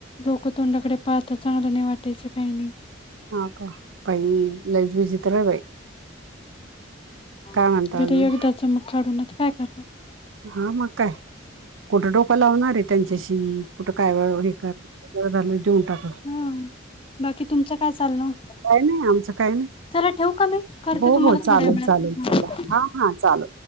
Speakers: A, on the left; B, on the right.
A: लोक तोंडाकडे पाहता चांगलं वाटयच काही नाही.
B: ह का बाई लईज विचित्र आहे बाई
A: हा
B: काय म्हणता
A: जो
B: अजून
A: तो एकदाच मग काढून नाही तर काय कर
B: हा म काय? कुठं डोकं लावणारे त्यांच्याशी मी कुठं काय व हे झालं देऊन टाका
A: हम, बाकी तुमचं काय चालू?
B: काय नाही आमचं काय नाही
A: चला ठेवू का मी? करते
B: हो
A: तुम्हाला
B: हो चालेल
A: थोड्या वेळात.
B: चालेल चला हा हा चालेल